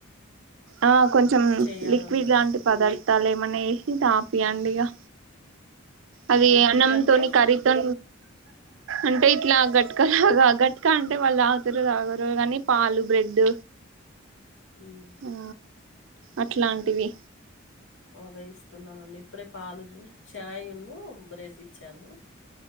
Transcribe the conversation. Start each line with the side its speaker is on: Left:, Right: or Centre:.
Right: ఆ కొంచెం
Left: చేయాలండి
Right: లిక్విడ్
Left: ఇగ
Right: లాంటి పదార్థాలు ఏమన్నా వేసి తాపియండి ఇగా అది
Left: లిక్విడ్
Right: అన్నంతోని
Left: అంటే
Right: కర్రీతో అంటే ఇట్లా గట్టుకలాగాగట్ క అంటే వాళ్ళ ఆకలి తాగరు కానీ పాలు, బ్రెడ్
Left: మ్మ్
Right: ఆ అట్లాంటివి
Left: ఆ వేయిస్తున్నానండి ఇప్పుడే పాలు, ఛాయ్ ను బ్రెడ్ ఇ చ్చాను